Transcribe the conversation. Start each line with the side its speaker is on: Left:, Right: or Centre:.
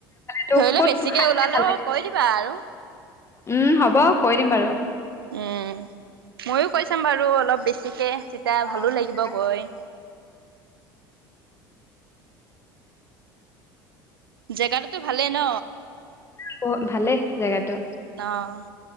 Left: টো
Right: ধৰিলেও
Left: ক'ত
Right: বেছিকে
Left: খাই
Right: ওলালেও
Left: ভাল লাগে
Right: কৈ দিবা আৰু।
Left: উম, হ'ব কৈ দিম বাৰু।
Right: উম, ময়ো কৈ চাম বাৰু অলপ বেছিকৈ যেতিয়া
Left: অ
Right: ভালো লাগিব গৈ। জেগাটোতো ভালেই ন?
Left: বহ ভালেই জেগাতটো।
Right: অ',